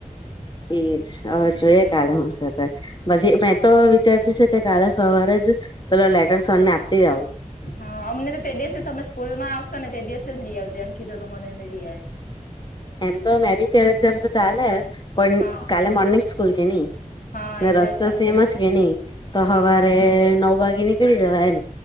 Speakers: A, on the left; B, on the left.
A: એજ હવે જો
B: હમ
A: એ કલે હુ થા. પછી મેં તો વિચારતી છે કે કાલે સવારે જ પેલો લેટર સર ને આપતી આવું.
B: હા અમને તો તે દિવસે તમે સ્કૂલ માં આવશો ને તે દિવસે જ લઈ આવજ જેમ કીધેલું મને ને લઈ.
A: એમ તો મે બી કેરેજ જેમ તો ચાલે પણ
B: હા
A: કાલે મોર્નિંગ સ્કૂલ કે ની
B: હા
A: ને
B: એટલે
A: રસ્તો
B: ચાલી
A: સેમ
B: જાય
A: જ કે હી તો
B: હા
A: હવારે
B: એટલે
A: નવ વાગે નીકળી જવા એમ.